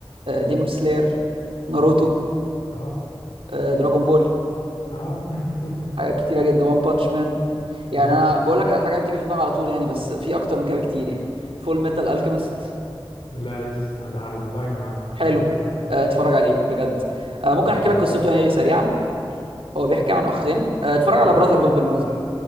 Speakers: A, on the right; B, on the left.
A: ديمون سلاير ناروتو
B: اه اه
A: آه، دراجون بول
B: اه <laughs>
A: حاجات كتيره جدا وان بانش مان يعني
B: اه
A: انا بقول لك الحاجات بتيجي في دماغي على طول يعني بس في اكتر من كده بكتير يعني فول ميتال الكيميست
B: لا لسه ده على القايمة عندي
A: حلو
B: على الليستة
A: آه، اتفرج عليه بجد آه، ممكن
B: امم
A: احكي لك قصته يعني سريعا هو بيحكي عن اخين آه، اتفرج
B: اديك
A: على براذر
B: بريف
A: هود
B: بس
A: بالمناسبه
B: بقى